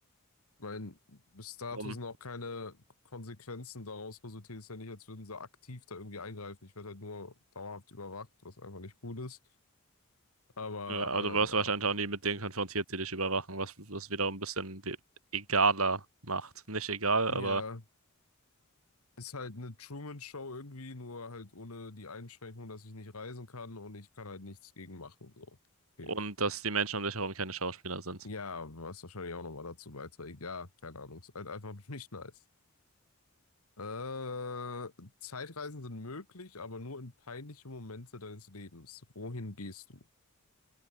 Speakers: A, on the left; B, on the right.
A: mein, bis dato
B: dumm,
A: sind auch keine Konsequenzen daraus resultiert. Ist ja nicht, als würden sie aktiv da irgendwie eingreifen. Ich werde halt nur dauerhaft überwacht, was einfach nicht gut ist. Aber
B: Ja, aber du wirst wahrscheinlich auch nie mit denen konfrontiert, die dich überwachen, was das wiederum ein bisschen we- egaler macht. Nicht egal,
A: äh,
B: aber.
A: ja, ja. Ist halt eine Truman-Show irgendwie, nur halt ohne die Einschränkung, dass ich nicht reisen kann und ich kann halt nichts gegen machen. So, okay.
B: Und dass die Menschen um dich herum keine Schauspieler sind.
A: Ja, was wahrscheinlich auch nochmal dazu beiträgt. Ja, keine Ahnung. Ist halt einfach <laughs> nicht nice. Äh, Zeitreisen sind möglich, aber nur in peinliche Momente deines Lebens. Wohin gehst du?